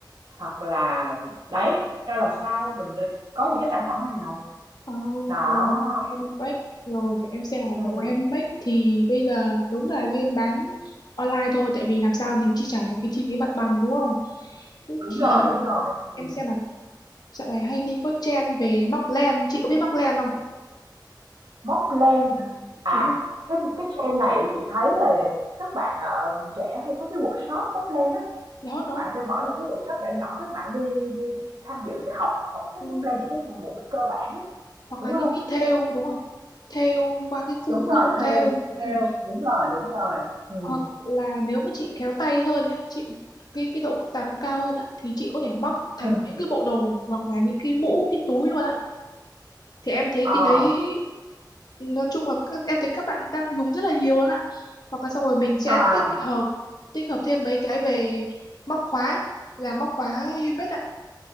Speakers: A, on the right; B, on the left.
A: hoặc là đấy ra làm sao mình nên có những cái sản phẩm nào
B: ờ,
A: đó
B: đồ em bách rồi để em xem là
A: ừ.
B: đồ em bách thì bây giờ đúng là nên bán online thôi tại vì làm sao mình chi trả được cái chi phí mặt bằng đúng không thế
A: đúng
B: thì
A: rồi đúng rồi ừ.
B: em xem nào dạo này hay thấy có trend về móc len chị có biết móc len không
A: móc len hả à
B: đúng không
A: cái cái trend này chị thấy là các bạn ờ, trẻ hay có cái workshop móc len á
B: đó
A: các
B: đó
A: bạn sẽ mở những cái workshop nhỏ nhỏ các bạn đi đi đi tham dự học học cách
B: ừ.
A: móc len những cái buổi cơ bản á
B: hoặc
A: đúng
B: là những
A: không
B: cái thêu đúng không thêu qua cái khung
A: Đúng rồi,
B: cái khung
A: theo,
B: thêu
A: theo,
B: Ừ.
A: đúng rồi, đúng rồi. ừ
B: Ờ, là nếu mà chị khéo tay hơn nhá chị cái cái độ phức tạp nó cao hơn á thì chị có thể móc thành
A: ừ
B: những cái bộ đồ hoặc là những cái mũ cái túi luôn á thì em thấy
A: ờ,
B: cái đấy nói chung là các, em thấy các bạn đang dùng rất là nhiều luôn á hoặc là xong rồi mình sẽ
A: à,
B: tích hợp tích hợp thêm mấy cái về móc khóa làm móc khóa handmade ạ